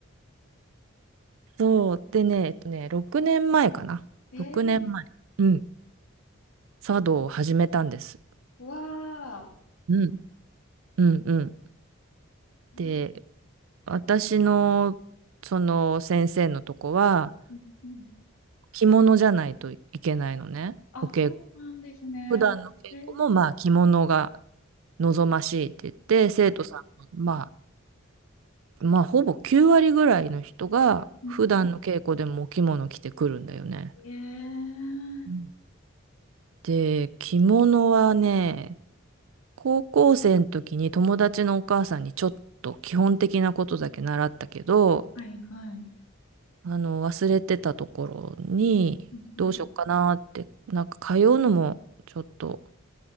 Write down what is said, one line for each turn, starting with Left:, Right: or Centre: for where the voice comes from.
Right: そう。でね、えっとね、6年前かな。
Left: え
Right: 6年前。うん茶道を始めたんです。
Left: ー、わ
Right: うん。うんうん。
Left: ー。
Right: で、私のその先生のとこは
Left: うんうん。
Right: 着物じゃないといけないのね。
Left: あ、
Right: お稽古。
Left: そうなんですね。
Right: 普段の稽古もまあ着物が
Left: えー、
Right: 望ましいって言って、
Left: えー、
Right: 生徒さんもまあ、まあほぼ9割ぐらいの人が普段の稽古でもお着物着てくるんだよね。
Left: うんえー、
Right: うんで、着物はね、高校生の時に友達のお母さんにちょっと基本的なことだけ習ったけど、
Left: はいはい。
Right: あの、忘れてたところに、
Left: うんうん。
Right: どうしよっかなって、なんか通うのもちょっと、